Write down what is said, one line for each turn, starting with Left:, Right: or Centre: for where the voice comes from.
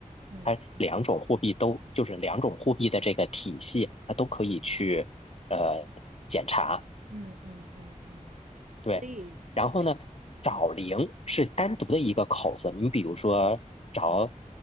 Right: 嗯嗯
Left: 它两种货币都就是两种货币的这个体系，它都可以去呃检查。
Right: 嗯嗯嗯嗯，
Left: 对，
Right: 所以所以
Left: 然后呢，找零是单独的一个口子，
Right: 嗯
Left: 你比如说找
Right: 嗯